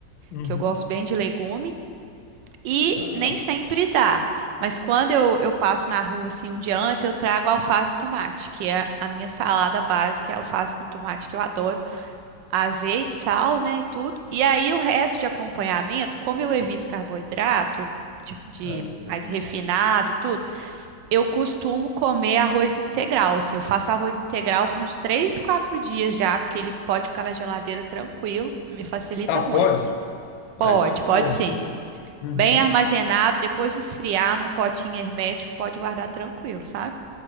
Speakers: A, on the left (about 90°); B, on the right (about 80°).
A: Uhum.
B: que eu gosto bem de legume. E
A: tá.
B: nem sempre dá. Mas quando eu, eu passo na rua assim um dia antes, eu trago alface e tomate, que é a minha salada básica, é alface com tomate que eu adoro, azeite, sal, né, e tudo. E aí o resto de acompanhamento, como eu evito carboidrato de, de
A: Ahn.
B: mais refinado e tudo, eu costumo comer arroz integral. Assim, eu faço arroz integral por uns três, quatro dias já, porque ele pode ficar na geladeira tranquilo, me facilita
A: Ah,
B: muito.
A: pode?
B: Pode,
A: Ah, isso é
B: pode
A: bom
B: sim.
A: saber. Uhum.
B: Bem armazenado, depois de esfriar num potinho hermético, pode guardar tranquilo, sabe?